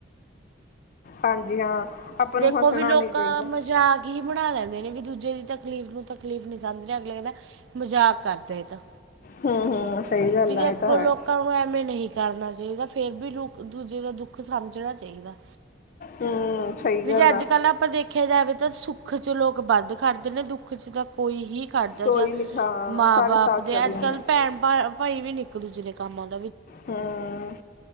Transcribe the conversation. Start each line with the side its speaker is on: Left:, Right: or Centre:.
Left: ਹਾਂਜੀ ਹਾਂ। ਆਪਾਂ
Right: ਦੇਖੋ
Left: ਨੂੰ ਹੱਸਣਾ
Right: ਵੀ ਲੋਕਾਂ
Left: ਨਹੀਂ ਚਾਹੀਦਾ
Right: ਮਜ਼ਾਕ ਹੀ ਬਣਾ ਲੈਂਦੇ ਨੇ ਵੀ ਦੂਜੇ ਦੀ ਤਕਲੀਫ਼ ਨੂੰ ਤਕਲੀਫ਼ ਨਹੀਂ ਸਮਝਦੇ ਅਗਲੇ। ਮਜ਼ਾਕ। ਕਰਦੇ ਇਹ ਤਾਂ
Left: ਹਮ ਹਮ। ਸਹੀ ਗੱਲ
Right: ਵੀ ਦੇਖੋ
Left: ਆ ਇਹ ਤਾਂ ਹੈ
Right: ਲੋਕਾਂ ਨੂੰ ਐਵੇਂ ਨਹੀਂ ਕਰਨਾ ਚਾਹੀਦਾ ਫੇਰ ਵੀ ਦੂਜੇ ਦਾ ਦੁੱਖ ਸਮਝਣਾ ਚਾਹੀਦਾ। ਚਾਹੀਦਾ।
Left: ਹਮ। ਸਹੀ
Right: ਵੀ
Left: ਗੱਲ
Right: ਜੇ ਅੱਜ
Left: ਆ
Right: ਕੱਲ੍ਹ ਆਪਾਂ ਦੇਖਿਆ ਜਾਵੇ ਤਾਂ ਸੁੱਖ ਚ ਲੋਕ ਬੰਦ ਕਰਦੇ ਨੇ ਦੁੱਖ। ਭੁੱਖ ਚ ਤਾਂ ਕੋਈ ਹੀ ਖੜਦਾ
Left: ਕੋਈ
Right: ਜਾਂ
Left: ਨੀ ਹਾਂ
Right: ਮਾਂ
Left: ਸਾਰੇ
Right: ਬਾਪ
Left: ਸਾਥ
Right: ਦੇ
Left: ਛੱਡ
Right: ਅੱਜ
Left: ਜਾਂਦੇ
Right: ਕੱਲ੍ਹ ਭੈਣ ਭਰਾ। ਵੀ ਇੱਕ ਦੂਜੇ ਦੇ ਕੰਮ ਆਉਂਦੇ।
Left: ਹਮ